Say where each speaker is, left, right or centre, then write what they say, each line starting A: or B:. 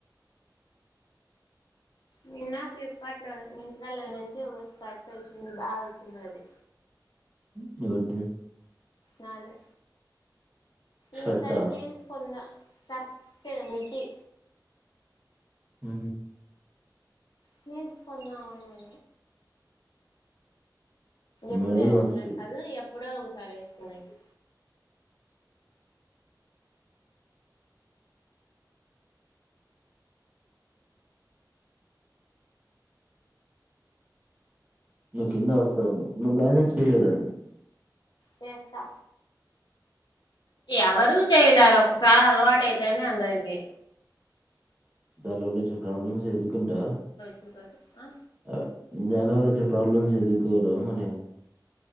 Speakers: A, on the left (about 65°); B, on the right (about 20°).
A: నిన్న ఫ్లిప్ కార్ట్ లో ఇన్స్టాలో నుంచి ఓ షర్ట్ వచ్చింది బాగా వచ్చింది అది
B: <inaudible> ఎవరది
A: నాదే
B: షర్టా
A: ఈ సారి హీల్స్ కొన్నా స్కర్టే మిడ్డీ
B: ఊ
A: ప్లీజ్ కొందామా అన్నా ఎప్పుడు
B: మెడలు
A: వేస్కునేకి
B: నొస్తాయి
A: కాదు ఎప్పుడో ఒకసారి వేసుకొనేకి
B: నేను కింద బడుతోన్నా నువ్వు బాలన్స్ చేయట్లేదు కదండీ
A: చేస్తా ఎవరు చేయలేరు. ఒకసారి అలవాట అయితేనే అందరికి
B: దానిలోల్ల వచ్చే ప్రాబ్లమ్స్ ఎదుర్కొంటా
A: మొత్తానికి ఆ
B: అ దానివల్ల వచ్చే ప్రాబ్లమ్స్ ఏదైతే ఉన్నాయో అవి మనవే